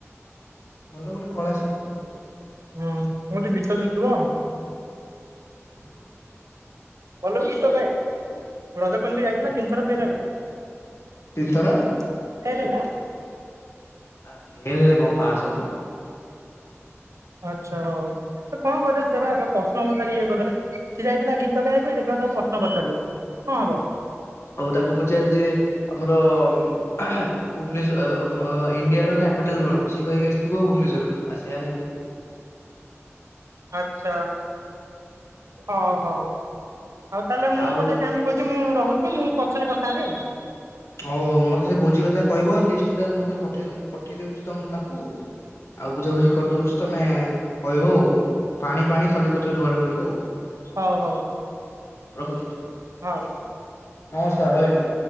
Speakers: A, on the left; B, on the right.
A: ଭଲ ଗୋଟେ କଳା ଶିକିଲେ ଭଲ ଆଉ।
B: ହଁ, କହୁଚି ଗୀତ ଶିକିବ।
A: ଉଁ
B: ଭଲ ବି ଗୀତ ଗାଏ ରଜ କୁଇନ୍ ବି ଯାଇଥିଲା ତିନି ଥର ଫେଲ୍ ହେଲା।
A: ତିନିଥର
B: ଫେଲ୍ ହେଲା?
A: ଆ ଫେଲ୍ ହେଲେ କଁ ପାସ୍ ହଉନ?
B: ଆଚ୍ଛା ହଉ। ସେ କଣ କରିବା ସେ ବା ଏଗା ପଶ୍ନ ପଚାରିକି ଇଏ କରିଦେଲେ ସିଏ ଯାଇଥିଲା ଗୀତ ଗାଇବାକୁ ଇଏ ଦେଖିଲା ଉ ତାକୁ ପଶ୍ନ ପଚାରିଲେ। କଁ ହବ?
A: ଓହୋ ତାକୁ ପଚାରିଥିବେ ଆମର ଭୁବନେଶ ଅ ମ ଇଣ୍ଡିଆର୍ କ୍ୟାପିଟାଲ୍ କଣ ସିଏ କହିକି ଆସିଥିବ ଭୁବନେଶ୍ୱର ଆ ସେୟା ହେଇଥିବ।
B: ଆଚ୍ଛା ଅଉ ହଉ ହଉ ତାହେଲେ ମୁଁ
A: ଆଉ
B: ଗୋଟେ କାମ କ ଚେ ମୁଁ ରହୁଚି ମୁଁ ପଛରେ କଥା ହେବି ଆଉ।
A: ହଉ ହଉ ମତେ ସେ ଭୋଜି କଥା କହିବୁ ଲିଷ୍ଟ୍ ଟା ମତେ ପଠେଇ ମୁଁ ପଠେଇ ଦେଉଚି ତମ୍ ତାଙ୍କୁ ଆଉ ବୁଝାବୁଝି କରଦଉଚି। ତମେ କହିବ ଆଉ ପାଣି ଫାଣି ଖଲିପତ୍ର ଯୋଗାଡ଼ କରିବ ଆଉ।
B: ହଉ ହଉ।
A: ରଖୁଚି ତାଇଁ।
B: ହଁଉ।
A: ନମସ୍କାର ରହିଲି।